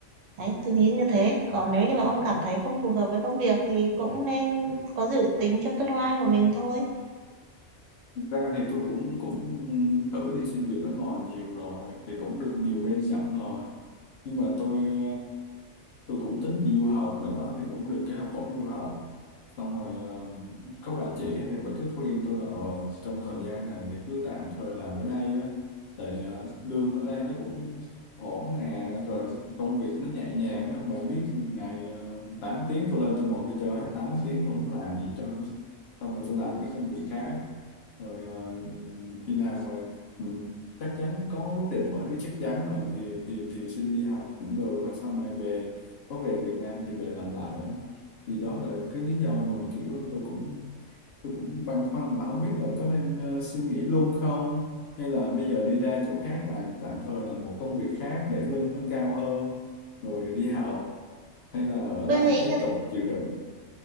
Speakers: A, on the right; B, on the left.
A: đấy tôi nghĩ như thế còn nếu như mà ông cảm thấy không phù hợp với công việc thì cũng nên có dự tính cho tương lai của mình thôi
B: Thực ra thì tôi cũng cũng thử đi xin việc ở ngoài nhiều rồi thì cũng được nhiều bên nhận rồi nhưng mà tôi ờ, tôi cũng tính đi du học nữa thì cũng được cái học bổng du học xong rồi ờ, có bà chị thì bà cứ khuyên tôi là ờ, trong thời gian này thì cứ tạm thời làm ở đây á tại ờ, lương ở đây nó cũng ổn nè rồi công việc nó nhẹ nhàng á bà biết ngày uh, 8 tiếng tôi lên tôi ngồi tôi chơi hết 8 tiếng tôi không làm gì hết trơn á xong rồi tôi làm mấy công việc khác rồi ờ, khi nào rồi ừ, chắc chắn có quyết định mọi thứ chắc chắn rồi thì thì thì xin đi học cũng được rồi sau này về có về Việt Nam thì về làm lại á. thì đó là cái lý do mà kiểu tôi cũng tôi cũng băn khoăn là không biết là có nên ờ, xin nghỉ luôn không hay là bây giờ đi ra chỗ khác làm tạm thời làm một công việc khác để lương nó cao hơn rồi đi học hay là ở
A: tôi
B: lại
A: nghĩ
B: tiếp
A: như
B: tục chịu đựng